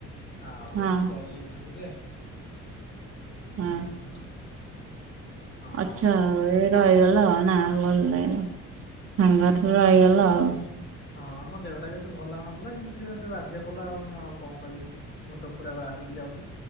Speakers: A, on the left; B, on the right.
A: ଆଉ
B: ହଁ
A: ମୁଁ ପଳେଇ ଯାଇଥାନ୍ତି ଯେ
B: ହଁ।
A: ହୁଁ ହଁ
B: ଆଚ୍ଛା। ଏ ରହିଗଲ। ନା, ଭଲ ଲାଗିଲା। ସାଙ୍ଗରେ ରହିଗଲା ଆଉ।
A: ହଁ, ମୋ ଦେହଟା ବି ଏତେ ଭଲ ଲାଗୁନଥିଲା। କିନ୍ତୁ ସିଏ ଗୋଟେ ବାଧ୍ୟ କଲା ଆଉ କଣ କହିବି ମୁଁ ତ ପୁରା ବାହାରିକି ଯାଉ